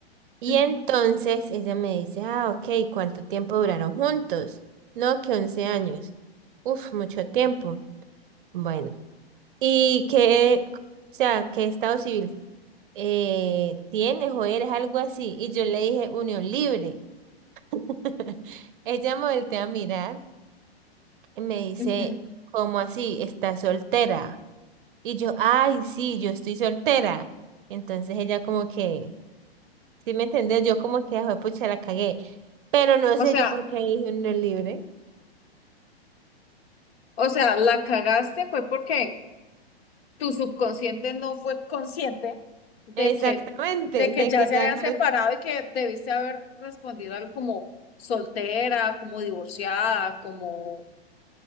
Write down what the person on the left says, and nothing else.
Ujú,
ujú.
O
sea,
o sea, la cagaste fue porque tu subconsciente no fue consciente de
que, de que
ya
se
habían
separado y que debiste haber respondido algo como soltera, como divorciada, como,